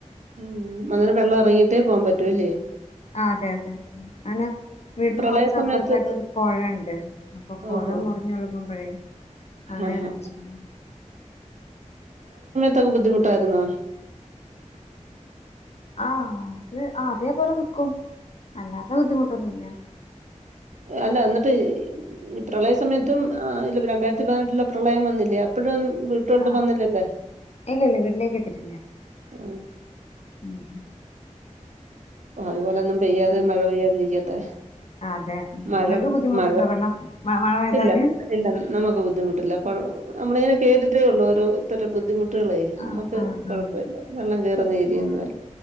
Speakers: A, on the right; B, on the left.
A: ഉം അന്നേരം വെള്ളം ഇറങ്ങിട്ട് പോകൻ പറ്റൂല്ലേ?
B: അതെ അതെ അന വീടിന്
A: പ്രളയ
B: കൊറച്ചപ്പുറത്തായിട്ട്
A: സമയത്ത്
B: ഒരു പുഴണ്ട് അപ്പൊ പുഴ
A: ഓഹോ
B: മുറിഞ്ഞൊഴുകുമ്പോഴേ അങ്ങനെ
A: ആഹാ
B: ഒരു പ്രശ്ന
A: തൊക്കെ ബുദ്ധിമുട്ടായിരുന്നോ?
B: ആ അത് അതേപോലെ നിക്കും അല്ലാത്ത ബുദ്ധിമുട്ടൊന്നും ഇല്ല.
A: അല്ല എന്നിട്ട് പ്രളയ സമയത്തും
B: ഉം.
A: ആ യില് രണ്ടായിരത്തി പതിനെട്ടിലെ പ്രളയം വന്നില്ലേ അപ്പഴും വീട്ടോണ്ട്
B: ആ
A: വന്നില്ലല്ലേ?
B: ഇല്ല ഇല്ല വീട്ടിലേക്ക് എത്തിയിട്ടില്ല.
A: ആ
B: ഉം ഉം
A: അതുപോലെ നം പെയ്യാതെ
B: ഉം.
A: മഴ പെയ്യാതിരിക്കട്ടെ.
B: ആ, അതെ. ഉം.
A: മഴ
B: ഇങ്ങക്ക് ബുദ്ധിമുട്ടുണ്ടോ
A: മഴ
B: വെള്ളം മ മഴ പെയ്താല്?
A: ഇല്ല ഇല്ല നമുക്ക് ബുദ്ധിമുട്ടില്ല കുഴ നമ്മള ഇങ്ങനെ കേട്ടിട്ടേ ഉള്ളൂ ഓരോര്ത്തരെ ബുദ്ധിമുട്ട് കളേ
B: ആ
A: നമ്മുക്ക്
B: ആ
A: കുഴപ്പല്ല
B: ആ
A: വെള്ളം കേയറുന്ന ഏരിയൊന്നുമല്ല.
B: ആ.